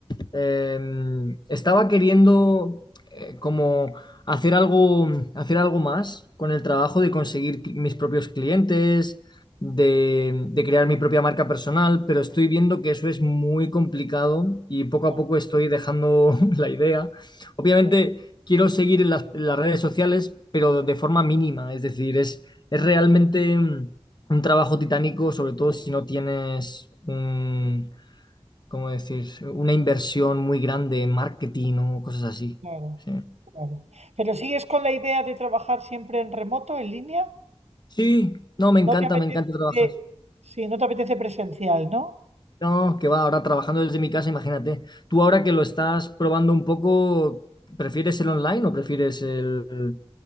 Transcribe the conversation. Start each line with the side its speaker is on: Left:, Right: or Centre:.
Left: em, estaba queriendo eh, como hacer algo, hacer algo más con el trabajo de conseguir cl- mis propios clientes, de, de crear mi propia marca personal, pero estoy viendo que eso es muy complicado y poco
Right: Claro,
Left: a poco estoy dejando <laughs> la idea. Obviamente
Right: ya,
Left: quiero seguir en las, en las redes sociales, pero de forma mínima, es decir, es, es realmente mm, un trabajo titánico, sobre todo si no tienes un ¿cómo decir? Una inversión muy grande en marketing o cosas así.
Right: claro,
Left: Sí.
Right: claro. Pero sigues con la idea de trabajar siempre en remoto, en línea.
Left: Sí, no, me encanta,
Right: No te apetece,
Left: me encanta trabajar.
Right: sí, no te apetece presencial, ¿no?
Left: No, que va, ahora trabajando desde mi casa, imagínate. Tú ahora que lo estás probando un poco, ¿prefieres el online o prefieres el...